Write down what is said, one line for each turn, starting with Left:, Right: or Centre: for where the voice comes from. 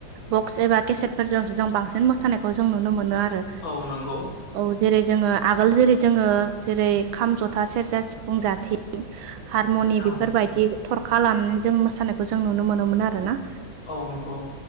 Right: बक्स एबा केसेटफोरजों जों बांसिन मोसानायखौ जों नुनो मोनो आरो।
Left: औ नंगौ।
Right: औ जेरै जोङो आगोल जेरै जोङो जेरै खाम जथा सेरजा सिफुं जाथि हारमनि
Left: औ
Right: बेफोरबायदि थरखा लानानै जों मोसानायखौ जों नुनो मोनोमोन आरो ना।
Left: औ नंगौ।